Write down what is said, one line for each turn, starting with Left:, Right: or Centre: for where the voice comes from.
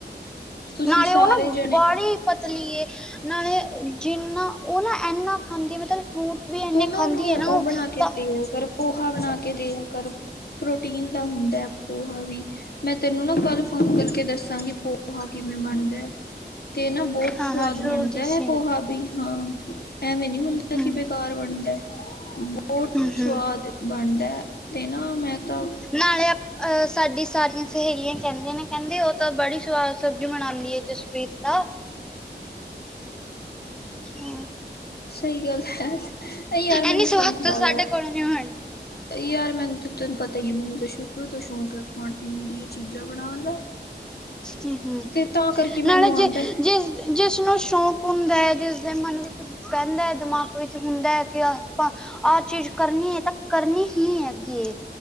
Left: ਤੁਸੀਂ
Centre: ਨਾਲੇ
Left: ਸਾਰੇ
Centre: ਓ ਨਾ
Left: ਜਣੇ
Centre: ਵਾਲੀ ਪਤਲੀਏ ਨਾਲੇ ਜਿੰਨਾ ਓ ਨਾ ਐਨਾ ਖਾਂਦੀ ਐ ਮਤਲਬ ਫਰੂਟ ਵੀ ਇੰਨੇ
Left: ਤੂੰ ਨਾ
Centre: ਖਾਂਦੀ
Left: ਓਨੂੰ
Centre: ਹੈ
Left: ਓ
Centre: ਉਹ
Left: ਬਨਾ ਕੇ
Centre: ਤਾਂ
Left: ਦੇਆ ਕਰ ਪੋਹਾ ਬਨਾ ਕੇ ਦੇਆ ਕਰ, ਪ੍ਰੋਟੀਨ ਦਾ ਹੁੰਦਾ ਪੋਹਾ ਵੀ, ਮੈਂ ਤੈਨੂੰ ਨਾ ਕੱਲ ਫੋਨ ਕਰਕੇ ਦੱਸਾਂਗੀ ਪੋਹਾ ਕਿਵੇਂ ਬਨਦੈ। ਤੇ ਨਾ ਬੋਤ
Centre: ਹਾਂ
Left: ਸਵਾਦ
Centre: ਹਾਂ ਜ਼ਰੂਰ
Left: ਬਨਦਾ
Centre: ਦੱਸੀ
Left: ਐ ਪੋਹਾ ਵੀ ਹਾਂ, ਐਵੇਂ ਨੀ ਹੁੰਦਾ
Centre: ਹੂੰ
Left: ਕਿ ਘਰ ਬਨਦਾ ਬੋਤ
Centre: ਹੂੰ ਹੂੰ
Left: ਸਵਾਦ ਬਨਦਾ ਤੇ ਨਾ ਮੈਂ ਤਾਂ
Centre: ਨਾਲੇ ਆਪਾਂ ਅ ਸਾਡੀ ਸਾਰੀਆਂ ਸਹੇਲੀਆਂ ਕੈਂਦੀਆਂ ਨੇ ਕੈਂਦੇ ਓ ਤਾਂ ਬੜੀ ਸਵਾਦ ਸਬਜ਼ੀ ਬਨਾਂਦੀ ਐ ਜਸਪ੍ਰੀਤ ਤਾ। ਹੂੰ
Left: ਸਈ ਗੱਲ ਐ, ਓ ਯਾਰ ਮੈਨੂੰ
Centre: ਇੰਨੀ ਸਵਾਦ
Left: ਸ਼ੌਕ
Centre: ਤਾਂ
Left: ਵਾਲਾ ਆ।
Centre: <inaudible>
Left: ਯਾਰ ਮੈਨੂੰ ਤੈਨੂੰ ਤਾਂ ਪਤਾ ਈ ਐ ਮੈਨੂੰ ਤਾਂ ਸ਼ੁਰੂ ਤੋਂ ਸ਼ੌਂਕ ਐ ਖਾਣ-ਪੀਣ ਦੀਆਂ ਚੀਜ਼ਾਂ ਬਨਾਨ ਦਾ।
Centre: ਹੂੰ-ਹੂੰ,
Left: ਤੇ ਤਾਂ ਕਰਕੇ
Centre: ਨਾਲੇ
Left: ਮੈਨੂੰ ਆਉਂਦਾ
Centre: ਜੇ ਜਿਸ ਜਿਸਨੂੰ ਸ਼ੌਕ ਹੁੰਦਾ ਜਿਸਦੇ ਮਨ ਵਿੱਚ ਪੈਂਦਾ ਐ ਦਮਾਕ ਵਿੱਚ ਹੁੰਦਾ ਐ ਕਿ ਆਪਾਂ ਆਹ ਚੀਜ਼ ਕਰਨੀ ਏ ਤਾਂ ਕਰਨੀ ਹੀ ਹੈਗੀ ਏ।